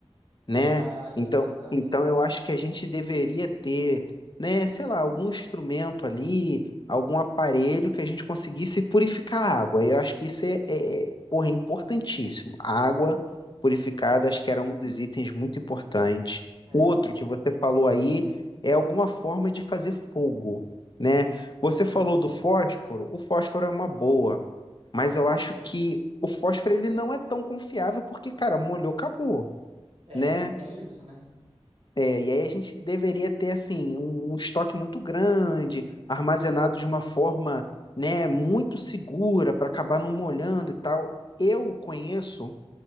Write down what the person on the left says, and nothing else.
né?
Então,
então eu acho que a gente deveria ter, né, sei lá, algum instrumento ali, algum aparelho que a gente conseguisse purificar a água. Eu acho que isso é, é, é, porra, é importantíssimo. A água purificada,
acho que era um dos itens muito importantes.
Outro
que você falou aí é alguma forma de fazer fogo, né? Você
falou do fósforo, o fósforo é uma boa, mas eu acho que o fósforo ele não é tão confiável porque, cara, molhou, acabou
né?
É, e aí a gente deveria ter assim um, um estoque muito grande, armazenado de uma forma, né, muito segura para acabar não molhando e tal. Eu conheço